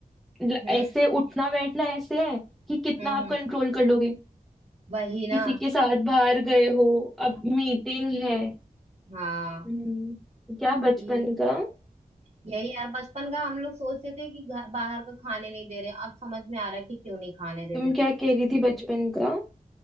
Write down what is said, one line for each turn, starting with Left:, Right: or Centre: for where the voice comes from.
Centre: ल-
Right: हम्म
Centre: ऐसे उठना बैठना ऐसे है कि कितना
Right: हम्म
Centre: आप
Right: हम्म,
Centre: कंट्रोल कर लोगे
Right: वही ना
Centre: किसी के साथ बाहर गए हो अब मीटिंग है
Right: हाँ
Centre: हम्म, क्या बचपन
Right: ये
Centre: का
Right: यही यार बचपन का हम लोग सोचते थे कि घर बाहर का खाने नहीं दे रहे अब समझ में आ रहा है कि क्यों नहीं खाने देते
Centre: तुम क्या
Right: थे
Centre: कह रही थी बचपन का